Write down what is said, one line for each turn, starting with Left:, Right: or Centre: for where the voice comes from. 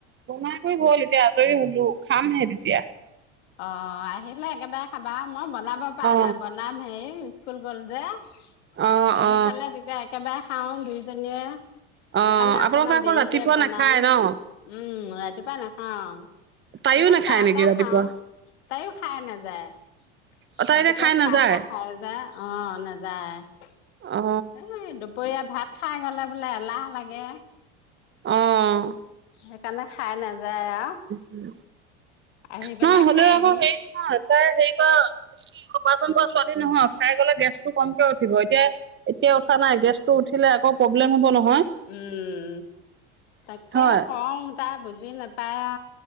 Right: বনাই কৰি হল তেতিয়া আজৰি ওলো খামহে তেতিয়া
Left: অ আহিলে একেবাৰে খাবা মই বনাব পৰা
Right: অ
Left: নাই বনাম হে স্কুল কলেজে আহি
Right: অ অ
Left: পালে তেতিয়া একেবাৰে খাওঁ দুইজনীয়ে
Right: অ
Left: সেইকাৰণে
Right: আপোনালোকৰ
Left: অকমান
Right: আকৌ
Left: দেৰিকে
Right: ৰাতিপুৱা
Left: বনাও
Right: নাখায় ন
Left: উম ৰাতিপুৱা নাখাওঁ
Right: তাইও
Left: এনে
Right: নাখায়
Left: চাহ
Right: নেকি
Left: তাহ
Right: ৰাতিপুৱা
Left: খাওঁ তাইও খাই নাযায়
Right: অ তাই
Left: ৰাতিপুৱা
Right: এতিয়া খাই
Left: চাহ
Right: নাযায়
Left: তাহ খাই যায় অ নাযায়
Right: অ
Left: দুপৰীয়া ভাত খাই গলে বোলে এলাহ লাগে
Right: আহ
Left: সেইকাৰণে খাই নাযায় আৰু
Right: উম
Left: আহি
Right: নহয়
Left: পেলাই
Right: হ'লেও
Left: খাইহি
Right: আকৌ হেৰি নহয় তাই হেৰি কৰা অপাৰচন কৰা ছোৱালী নহয় খাই গলে গেছটো কমকে উঠিব এতিয়া এতিয়া উঠা নাই গেছটো উঠিলে আকৌ প্ৰব্লেম হব ন
Left: উম তাকে
Right: হয়
Left: কওঁ তাই বুজি - নাপায়া